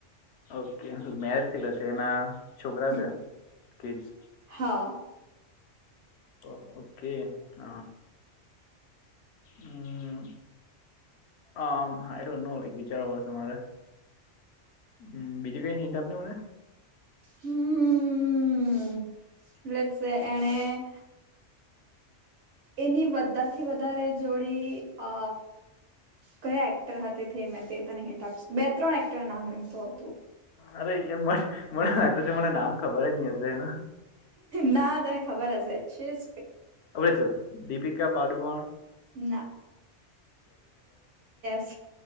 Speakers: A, on the left; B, on the right.
A: ઓકે મેરેજ શીખલા છે, એના છોકરા
B: હમ,
A: છે કિડસ
B: હા
A: હ ઓકે હ હમ આમ આઈો નો લક વિચારવા પશે મારે હમ બીજજી કઈ સિન્ટ આપની હો ને
B: હમ બલે એણે એની બધાથી વધારે જોડી અ કયા એક્ટર હતા તે મેં તે તને હેંન્ટ આપીશું બે ત્રણ એક્ટર નામ લેમતો હતુ.
A: અરે એ મ મને લાગ છે, મને નામ ખબર જ નહી હશે એને
B: ના તરે ખબર હશે શેષ
A: અલે છેો દીપિકા પાડુવાણ
B: ના સ